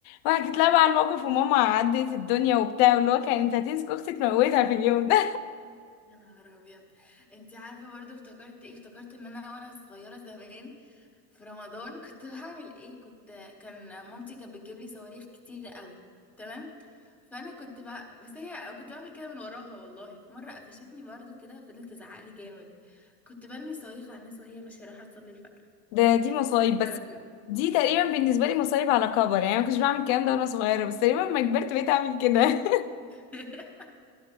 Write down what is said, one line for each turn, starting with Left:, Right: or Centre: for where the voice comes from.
Left: وحكيت لها بقى على الموقف وماما عدت الدنيا وبتاع واللي هو كانت هتمسك اختي تموتها في اليوم <laughs> ده
Centre: يا نهار ابيض انتي عارفة برضو افتكرت ايه افتكرت ان انا وانا صغيرة زمان في رمضان كنت بعمل ايه كنت كان مامتي كانت بتجيب لي صواريخ كتير قوي تمام فانا كنت بقى بس هي كنت بعمل كده من وراها والله في مرة قفشتني برضو كده فضلت تزعق لي جامد كنت برمي الصواريخ على الناس وهي ماشية رايحة تصلي الفجر
Left: ده دي مصايب بس
Centre: بلكونة
Left: دي تقريبا بالنسبة لي مصايب على كبر يعني أنا ما كنتش بعمل الكلام ده وأنا صغيرة بس تقريبا لما كبرت بقيت أعمل كده
Centre: <laughs>